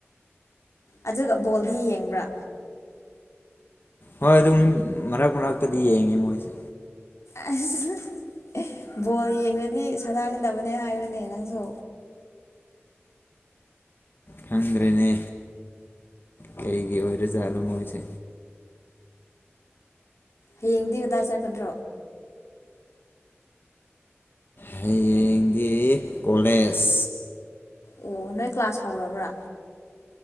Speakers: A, on the left; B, on the left.
A: ꯑꯗꯨꯒ ꯕꯣꯜꯗꯤ ꯌꯦꯡꯕ꯭ꯔꯥ
B: ꯍꯣꯏ ꯑꯗꯨꯝ ꯃꯔꯛ ꯃꯔꯛꯇꯗꯤ ꯌꯦꯡꯉꯦ ꯃꯣꯏꯁꯦ
A: ꯑꯁ ꯕꯣꯜ ꯌꯦꯡꯉꯗꯤ ꯁꯥꯟꯅꯒꯗꯕꯅꯦ ꯍꯥꯏꯕꯅꯦ ꯅꯪꯁꯨ
B: ꯈꯪꯗ꯭ꯔꯦꯅꯦ ꯀꯩꯒꯤ ꯑꯣꯏꯔꯖꯥꯠꯅꯣ ꯃꯣꯏꯁꯦ
A: ꯍꯩꯌ‌ꯦꯡꯗꯤ ꯀꯗꯥꯏ ꯆꯠꯀꯗ꯭ꯔꯥ
B: ꯍꯌꯦꯡꯗꯤ ꯀꯣꯂꯦꯖ
A: ꯑꯣ ꯅꯣꯏ ꯀ꯭ꯂꯥꯁ ꯍꯧꯔꯕ꯭ꯔꯥ